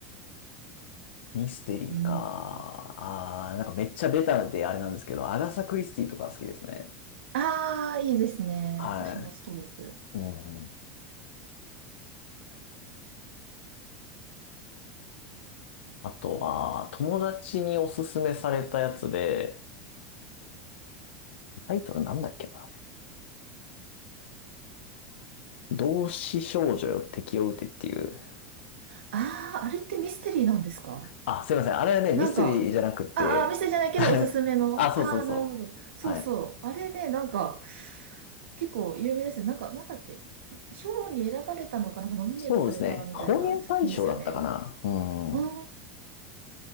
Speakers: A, on the left; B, on the right.
A: ミステリーか。
B: うん。
A: あー、なんかめっちゃベタであれなんですけど、アガサ・クリスティとか好きですね。
B: ああ、いいですね。
A: は
B: 私も好きです。
A: い。うん。あとは、友達におすすめされたやつで、タイトルなんだっけな。同志少女よ敵を撃てっていう
B: ああ、あれってミステリーなんですか
A: あ、すいません。あれはね、ミステリーじゃなくて
B: なんか、あーあミステリーじゃないけどおすすめの。
A: <laughs> あ、そうそうそ
B: ああ、なるほど。そうそう。
A: う。はい。
B: あれね、なんか、結構有名ですよ。なんか、なんだっけ。賞に選ばれたのかななんかノミネートされたみたいな作品ですよね。
A: そうですね。本屋大賞だったかな。う
B: うん。
A: ん。